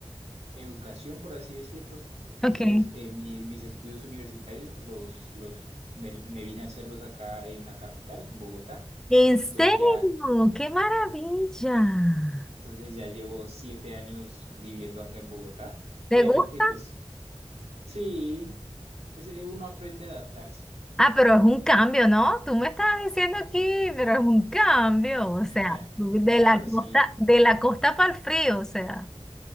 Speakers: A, on the right (about 85°); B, in the centre.
A: educación, por así decirlo. Entonces,
B: Ok.
A: eh, mi- mis estudios universitarios los, los me, me vine a hacerlos acá en la capital, en Bogotá.
B: ¿En serio?
A: Entonces ya,
B: ¡Qué maravilla!
A: entonces ya llevo siete años viviendo acá en Bogotá. Obviamente,
B: ¿Te gusta?
A: pues sí, pues eh, uno aprende a adaptarse.
B: Ah, pero es un cambio, ¿no? Tú me estabas diciendo aquí, pero es un cambio, o
A: <laughs>
B: sea, de
A: Claro,
B: la costa,
A: sí.
B: de la costa para el frío, o sea.